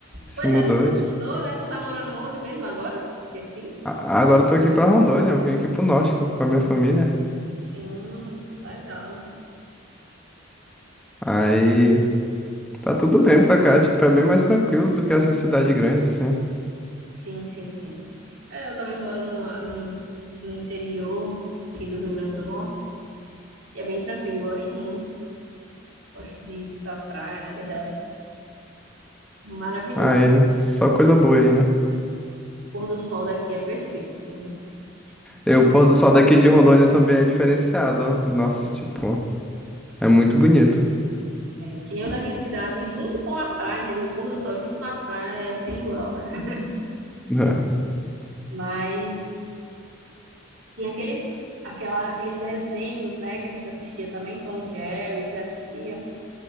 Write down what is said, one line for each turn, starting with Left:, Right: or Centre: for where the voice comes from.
Centre: Se
Right: Pois
Centre: mudou
Right: é, tu se
Centre: de...
Right: mudou, né? Tu tá morando onde mesmo agora? Esqueci.
Centre: A- Agora eu tô aqui pra Rondônia, eu vim aqui pro norte com com a minha família.
Right: Sim, legal.
Centre: Aí. Tá tudo bem pra cá, tipo, é bem mais tranquilo do que essa cidade grande, assim.
Right: Sim, sim, sim. É, eu também moro no, no, no interior aqui do Rio Grande do Norte. E é bem tranquilo, gosto muito. Gosto de, de ir pra praia, né? De relé. Maravilhoso.
Centre: Aí, só coisa boa aí, né?
Right: O pôr do sol daqui é perfeito, assim. Nem
Centre: E o pôr
Right: top,
Centre: do sol daqui de Rondônia também é diferenciado, ó. Nossa, tipo, é
Right: mas
Centre: muito bonito.
Right: é, que nem o da minha cidade, junto com a praia, entendeu? O pôr do sol junto com a praia é sem igual. <laughs>
Centre: <laughs>
Right: Mas tem aqueles, aquela, aqueles desenhos, né? Que a gente assistia também, Tom e Jerry, você assistia.